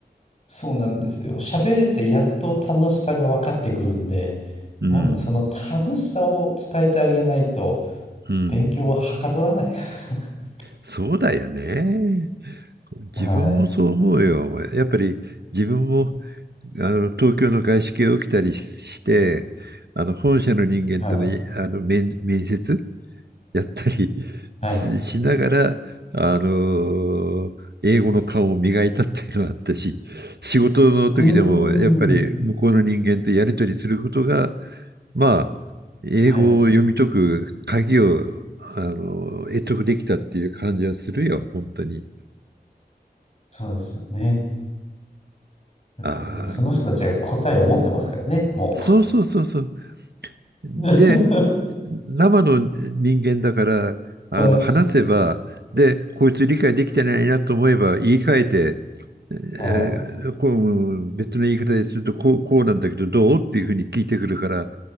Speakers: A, on the left (about 40°); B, on the right (about 80°).
A: そうなんですよ。喋れてやっと楽しさが分かってくるんで、
B: うん。
A: まずその楽しさを伝えてあげないと、
B: うん。
A: 勉強ははかどらないです。<laughs>
B: そうだよね。
A: はい。
B: 自分もそう思うよ。やっぱり自分もあの東京の外資系を受けたりして、あの本社の人間との、
A: はい。
B: あの面、面接やったり <laughs>
A: はい。
B: ししながら、あの英語の顔を磨いたっていうのがあったし、仕事の時でもやっぱり向こうの人間とやり取りすることが、
A: うーん。
B: まあ、英語を読み解く鍵を、
A: はい。
B: あの、得得できたっていう感じはするよ、本当に。
A: そうですよね。だってもうその人たちが答えを持ってますからね、
B: ああ、
A: も
B: そうそうそうそう。で、
A: う。<laughs>
B: 生の人間だから、あの話せば、
A: はい。
B: で、こいつ理解できてないなと思えば言い換えて、え
A: はい。
B: ーこう別の言い方でするとこう、こうなんだけどどうっていうふうに聞いてくるから、